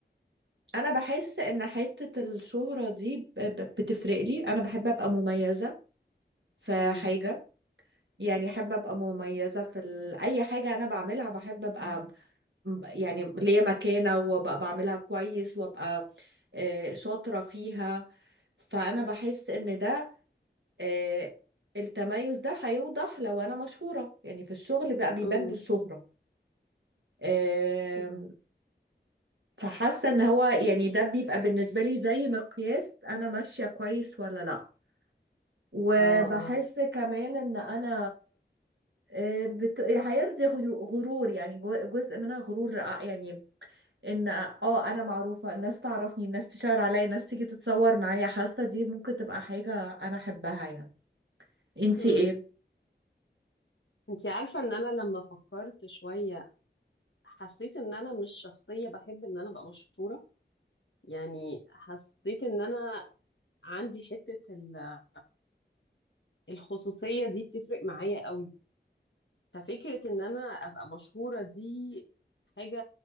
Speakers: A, on the right (about 80°); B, on the left (about 80°).
A: انا بحس ان حتة الشهرة دي ب- ب- بتفرق لي انا بحب ابقى مميزة في
B: مم.
A: حاجة يعني احب ابقى مميزة في ال... اي حاجة انا بعملها بحب ابقى م- يعني ليا مكانة وابقى بعملها كويس وابقى آه، شاطرة فيها فانا بحس ان ده آه، التميز ده هيوضح لو انا مشهورة يعني في الشغل بقى بيبان
B: مم.
A: بالشهرة آم،
B: مم.
A: فحاسة ان هو يعني ده بيبقى بالنسبة لي زي مقياس انا ماشية كويس ولا لا وبحس
B: اه اه
A: كمان ان انا آه، بت... هيرضي غيو- غرور يعني جو- جزء منها غرور آه، يعني ان اه انا معروفة الناس تعرفني الناس تشاور عليا الناس تيجي تتصور معايا حاسة دي ممكن تبقى حاجة انا احبها يعني انتي
B: مم.
A: ايه؟
B: انتي عارفة ان انا لما فكرت شوية حسيت ان انا مش شخصية بحب ان انا ابقى مشهورة يعني حسيت ان انا عندي حتة ال الخصوصية دي بتفرق معايا قوي ففكرة ان انا ابقى مشهورة دي حاجة